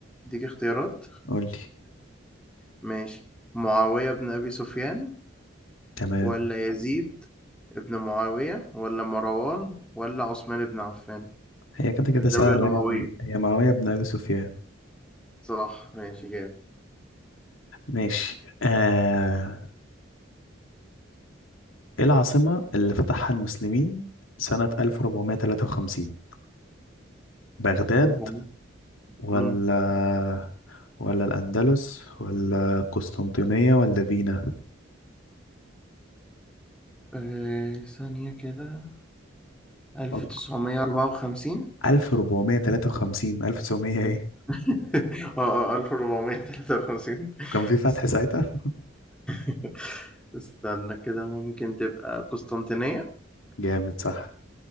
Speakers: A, in the centre; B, on the left.
A: اختيارات
B: قول لي
A: ماشي معاوية بن أبي سفيان
B: تمام
A: ولا يزيد ابن معاوية ولا مروان ولا عثمان بن عفان
B: هي كده كده
A: الدولة
B: سهلة
A: الأموية
B: يعني هي معاوية بن أبي سفيان
A: صح ماشي
B: ماشي آه إيه العاصمة اللي فتحها المسلمين سنة 1453 بغداد
A: جامد
B: ولا
A: امم
B: ولا الأندلس ولا قسطنطينية ولا فينا
A: آه ثانية كده 1954
B: فك 1453 1900 إيه
A: <laughs> اه اه 1453
B: وكان في فتح
A: است-
B: ساعتها
A: <laughs> استنى كده ممكن تبقى قسطنطينية
B: <laughs> جامد صح